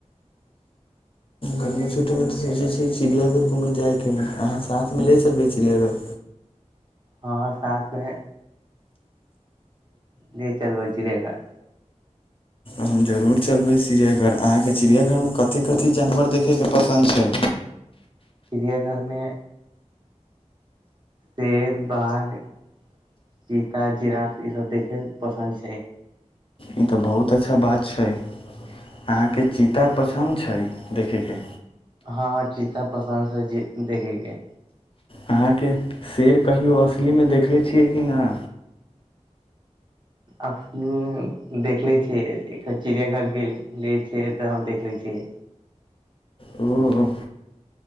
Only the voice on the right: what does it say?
हँ साथमे ले चलबै चिड़ियाघर
चिड़िया घरमे शेर बाघ चीता जिराफ ई सब देखै कऽ पसन्द छै
हँ चीता पसन्द छै देखेके
असली मऽ देखले छियै चिड़िया घर गेले छिय तऽ हम देखले छियै